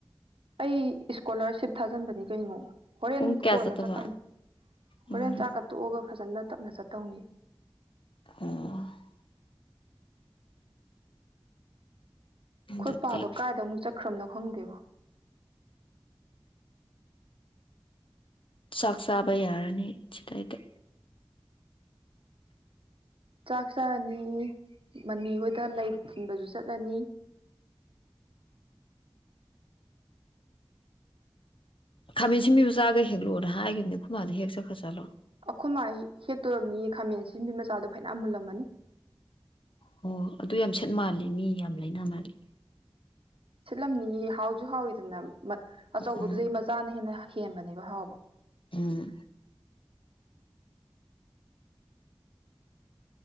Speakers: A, on the right; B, on the left.
A: ꯑꯩ ꯏꯁꯀꯣꯂꯥꯔꯁꯤꯞ ꯊꯥꯖꯤꯟꯕꯅꯤ ꯀꯩꯅꯣ ꯍꯣꯔꯦꯟ
B: ꯄꯨꯡ ꯀꯌꯥ
A: ꯀꯣꯟꯅ
B: ꯆꯠꯇꯣꯕ
A: ꯆꯠꯇꯧꯅꯦ
B: ꯎꯝ
A: ꯍꯣꯔꯦꯟ ꯆꯥꯛꯀ ꯇꯣꯛꯑꯒ ꯐꯖꯅ ꯇꯞꯅ ꯆꯠꯇꯧꯅꯤ
B: ꯑꯣ
A: ꯑꯩꯈꯣꯏ
B: ꯑꯗꯨꯗꯤ
A: ꯄꯥꯗꯣ ꯀꯗꯥꯗ ꯑꯃꯨꯛ ꯆꯠꯈ꯭ꯔꯕꯅꯣ ꯈꯪꯉꯗꯦꯕꯣ
B: ꯆꯥꯛ ꯆꯥꯕ ꯌꯥꯔꯅꯤ ꯁꯤꯗꯥꯏꯗꯤ
A: ꯆꯥꯛ ꯆꯥꯔꯅꯤ ꯃꯅꯤ ꯍꯣꯏꯗ ꯂꯩ ꯊꯤꯟꯕꯁꯨ ꯆꯠꯂꯅꯤ
B: ꯈꯥꯃꯦꯟ ꯁꯤꯟꯕꯤ ꯃꯆꯥꯒ ꯍꯦꯛꯂꯛꯑꯣꯅ ꯍꯥꯏꯈꯤꯕꯅꯤ ꯑꯈꯨꯃꯗꯣ ꯍꯦꯛ ꯆꯠꯈꯔ꯭ꯖꯠꯂꯣ
A: ꯑꯈꯃꯥꯥ ꯍꯦꯛꯇꯧ ꯑꯣꯏꯔꯃꯅꯤ ꯈꯥꯃꯦꯟ ꯑꯁꯤꯟꯕꯤ ꯃꯆꯥꯗꯣ ꯐꯖꯅ ꯃꯨꯜꯂꯝꯃꯅꯤ
B: ꯑꯣ ꯑꯗꯨ ꯌꯥꯝ ꯁꯦꯠ ꯃꯥꯜꯂꯤꯦ ꯃꯤ ꯌꯥꯝ ꯂꯩꯅ ꯃꯥꯜꯂꯤ
A: ꯁꯤꯠꯂꯝꯅꯤꯌꯦ ꯍꯥꯎꯁꯨ ꯍꯥꯎꯏꯤꯗꯅ ꯑꯆꯧꯕꯗꯨꯗꯩ
B: ꯎꯝ
A: ꯃꯆꯥꯅ ꯍꯦꯟꯅ ꯍꯦꯟꯕꯅꯦꯕ ꯍꯥꯎꯕ
B: ꯎꯝ